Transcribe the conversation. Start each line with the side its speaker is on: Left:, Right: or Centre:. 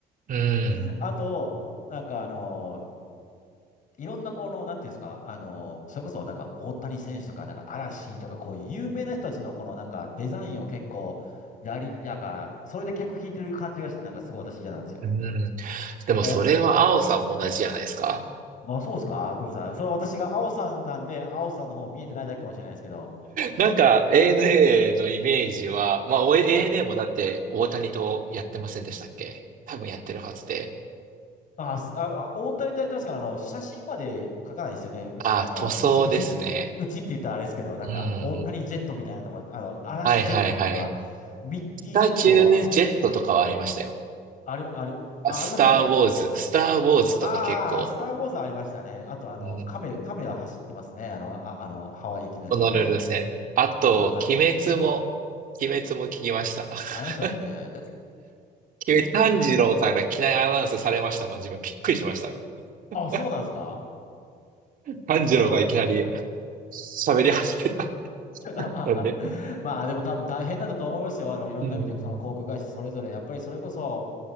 Right: うーん。
Left: <laughs> あと、なんかあの、いろんなこの、なんていうんですか、あの、それこそなんか大谷選手とか、なんか嵐とか、こういう有名な人たちのこのなんかデザインを結構やり、やが、それで客引いてる感じがして、なんかすごい私嫌なんですよ。
Right: うーん。でもそれは青さんも同じじゃないですか
Left: お、まあそうですか、ごめんなさい。それは私が青さんなんで、青さんの方見えてないだけかもしれないですけど。
Right: なんか
Left: <laughs>
Right: ANA のイメージは、まあお ANA
Left: はい
Right: もだって大谷とやってませんでしたっけ多分やってるはずで。
Left: あ、すあ、あ大谷とやってますけど、あの、写真まで書かないですよね。うちの、
Right: あー、
Left: あの、
Right: 塗装ですね。
Left: うち、うちって、うちって言ったらあれですけど、なんか、
Right: うん。
Left: 大谷ジェットみたいなとかあの、嵐ジェットとか、
Right: はいはいはい。
Left: ミッキージェットは、
Right: スタチュージェットとかはありましたよ。
Left: あり、あり、
Right: あ、
Left: あ、
Right: スター・
Left: ありましたっけ
Right: ウォーズ、スター・ウォーズとか結構、
Left: ああー、スター・ウォーズありましたね。あと、あの、
Right: うん、
Left: 亀、亀は走ってますね。あの、あ、あの、ハワイ行きのやつはね。
Right: ホノルル戦。あと、
Left: あー、確か、
Right: 鬼滅も、
Left: うん。
Right: 鬼滅も聞きました。<laughs>
Left: ありましたっけ
Right: 鬼滅、炭治郎から機内アナウンスされましたもん、自分びっくりしました。<laughs>
Left: <laughs> あ、そうなんですか
Right: 炭治郎がいきなり
Left: そうなんですね。
Right: <laughs> 喋り始めた。
Left: <laughs>
Right: なんで。
Left: まあでも多分大変だったと思いますよ。あの、いろんな意味でその航空会社それぞれ。
Right: うん。
Left: やっぱりそれこそ、